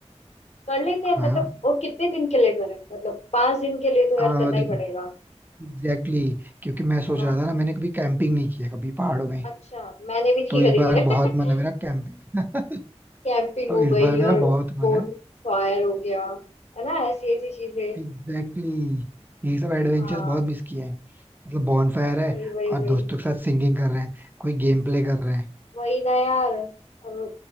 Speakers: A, on the left; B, on the right.
A: कर लेते
B: हाँ
A: हैं मतलब वो कितने दिन के लिए करें मतलब पांच दिन के लिए तो यार
B: आ,
A: करना
B: देखो
A: ही पड़ेगा
B: एग्जैक्टली exactly, क्योंकि मैं सोच
A: है ना
B: रहा था ना मैंने कभी कैंपिंग नहीं किया कभी पहाड़ों में
A: अच्छा मैंने भी नहीं
B: तो इस
A: करी
B: बार
A: है <laughs>
B: बहुत मन है मेरा कैंपिंग
A: कैंपिंग
B: <laughs> तो
A: हो गई
B: इस बार मेरा
A: और
B: बहुत मन
A: बोन
B: है
A: फायर हो गया है ना ऐसी ऐसी चीजें
B: एग्जैक्टली exactly, ये सब एडवेंचर्स
A: हाँ
B: बहुत मिस किए हैं मतलब बॉनफायर है
A: वही वही
B: और
A: वही
B: दोस्तों के साथ सिंगिंग कर रहे हैं कोई गेम प्ले कर रहे हैं
A: वही ना यार और